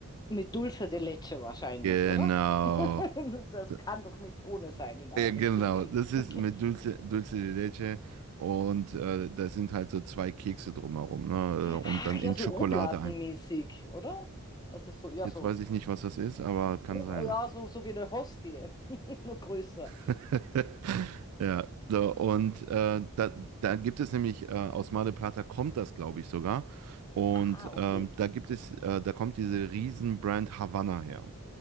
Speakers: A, on the left; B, on the right.
A: Mit Dulce de Leche wahrscheinlich,
B: Genau.
A: oder? <laughs> Das
B: D-
A: kann doch nicht ohne sein in Argentinien.
B: Ja, genau. Das ist
A: <laughs>
B: mit Dulce, Dulce de Leche und äh, da sind halt so zwei Kekse drumherum, ne? äh,
A: Ach
B: Und dann
A: ja,
B: in
A: so
B: Schokolade
A: Oblatenmäßig,
B: ein.
A: oder? Also so, ja,
B: Jetzt
A: so.
B: weiß ich nicht, was das ist, aber kann
A: Ob,
B: sein.
A: ja,
B: ne?
A: so, so wie eine Hostie, <laughs> nur größer.
B: <laughs> Ja, so, und äh, da, da gibt es nämlich, äh, aus Mar del Plata kommt das, glaube ich, sogar. Und
A: Ah, okay.
B: ähm, da gibt es, äh, da kommt diese Riesenbrand Havanna her.